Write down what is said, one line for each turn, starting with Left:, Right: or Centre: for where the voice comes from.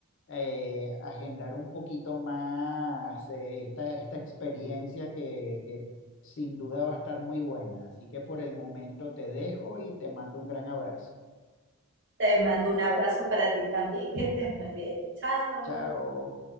Left: eh, agendar un poquito más eh, esta, esta experiencia que, que sin duda va a estar muy buena. Así que por el momento te dejo y te mando un gran abrazo.
Right: Te mando un abrazo para ti también, que estés muy bien. Chao.
Left: Chao.